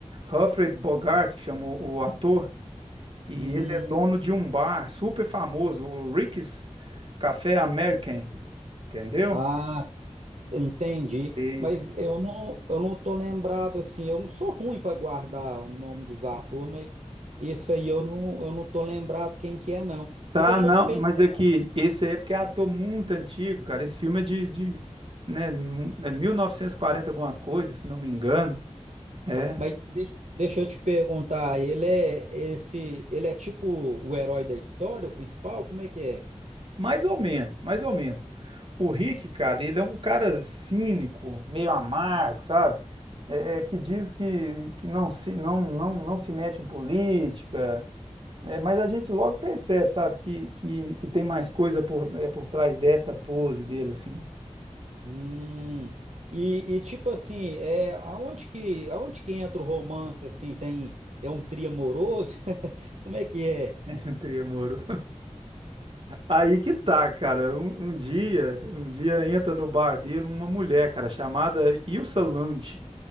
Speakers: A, on the right; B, on the right.
A: Humphrey Bogart, que chama o, o ator. E
B: hum.
A: ele é dono de um bar super famoso, o Rick's Café American, entendeu?
B: Ah, entendi.
A: Isso.
B: Mas eu não eu não tô lembrado assim, eu não sou ruim para guardar o nome dos atores, mas esse aí eu não eu não tô lembrado quem que é não.
A: Tá,
B: E deixa
A: não,
B: eu te perguntar.
A: mas é que esse aí é porque é ator muito antigo, cara. Esse filme é de, de, né, é 1940 alguma coisa, se não me engano. É,
B: Mas deixa, deixa eu te perguntar, ele é esse, ele é tipo o herói da história, o principal? Como é que é?
A: mais ou menos, mais ou menos. O Rick, cara, ele é um cara cínico, meio amargo, sabe? É, é que diz que, que não se, não, não, não se mete em política. É, mas a gente logo percebe, sabe, que, que, que tem mais coisa por, é, por trás dessa pose dele, assim,
B: Hum, e, e tipo assim, é aonde que aonde que entra o romance assim? Tem é um trio amoroso? <laughs> Como é que é?
A: <laughs> entre amor Aí que tá, cara. Um, um dia, um dia entra no bar dele uma mulher, cara, chamada Ilsa Lund.